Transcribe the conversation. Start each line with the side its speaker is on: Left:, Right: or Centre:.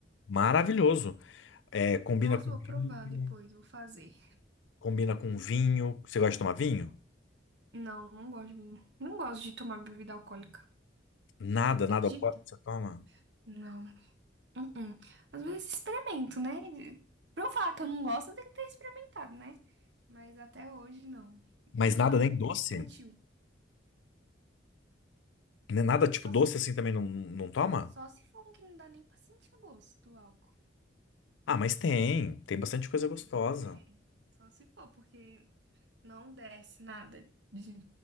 Left: Maravilhoso. É, combina
Right: Nossa,
Left: com
Right: eu vou
Left: vinho,
Right: provar depois, vou fazer.
Left: combina com vinho. Você gosta de tomar vinho?
Right: Não, não gosto de mim. Não gosto de tomar bebida alcoólica.
Left: Nada,
Right: Acredito?
Left: nada alcoólico você toma?
Right: Não. Uh-uh. Às vezes experimento, né? Pra eu falar que eu não gosto, eu tenho que ter experimentado, né? Mas até hoje não.
Left: Mas
Right: Meu paladar
Left: nada nem
Right: é muito
Left: doce?
Right: infantil.
Left: Nem Nada tipo
Right: Só
Left: doce
Right: se,
Left: assim também não, não toma?
Right: só se for um que não dá nem pra sentir o gosto do álcool.
Left: Ah, mas tem. Tem bastante coisa
Right: Hum,
Left: gostosa.
Right: É, só se for, porque não desce nada de